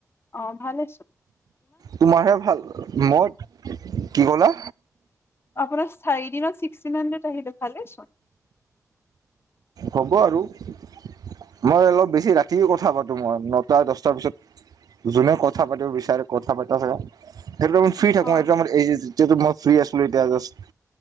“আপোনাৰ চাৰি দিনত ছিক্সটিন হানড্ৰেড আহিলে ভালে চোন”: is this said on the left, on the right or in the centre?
Left